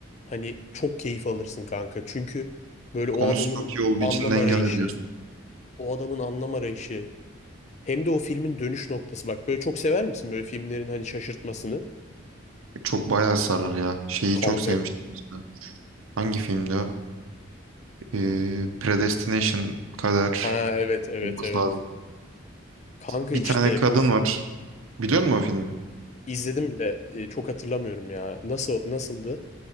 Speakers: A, on the left (about 35°); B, on the right (about 85°).
A: hani çok keyif alırsın kanka. Çünkü böyle o
B: Konusu
A: adamın
B: çok iyi olduğu
A: anlam
B: için dengeler
A: arayışı,
B: diyorsun.
A: o adamın anlam arayışı hem de o filmin dönüş noktası. Bak böyle çok sever misin böyle filmlerin hani şaşırtmasını?
B: E, Çok bayağı sarar ya. Şeyi
A: Kanka.
B: çok sevmiştim mesela. Hangi filmdi o? Ee, Predestination kadar
A: Ha evet evet
B: olması
A: evet.
B: lazım.
A: Kanka
B: Bir
A: işte
B: tane kadın
A: bu f-
B: var. Biliyor musun o filmi?
A: izledim de e, çok hatırlamıyorum ya. Nasıl nasıldı?